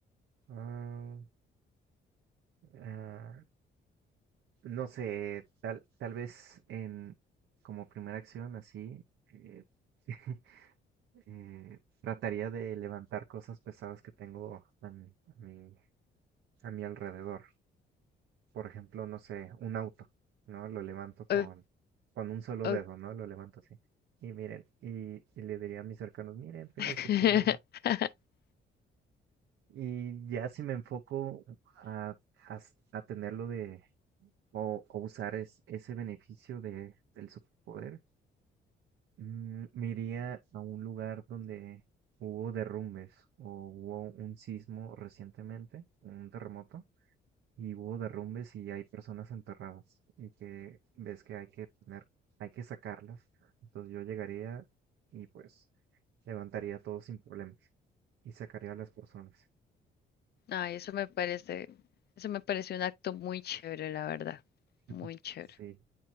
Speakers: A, on the right; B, on the left.
A: ah, ah, no sé, tal, tal vez en, como primera acción así, eh, <laughs> eh, trataría de levantar cosas pesadas que tengo a mi, a mi a mi alrededor. por ejemplo, no sé, un auto, ¿no? Lo levanto con,
B: O-
A: con un solo
B: o-
A: dedo, ¿no? Lo levanto así. Y miren, y, y le diría a mis cercanos, miren, tengo
B: <laughs>
A: superfuerza. Y ya si me enfoco a, a, s- a tenerlo de, o, o usar es- ese beneficio de, del superpoder, mm, me iría a un lugar donde hubo derrumbes o hubo un sismo recientemente, un terremoto y hubo derrumbes y hay personas enterradas y que ves que hay que tener, hay que sacarlas. Entonces yo llegaría y pues levantaría todo sin problemas y sacaría a las personas.
B: Ay, eso me parece, eso me parece un acto muy chévere, la verdad.
A: <laughs>
B: Muy chévere.
A: Sí.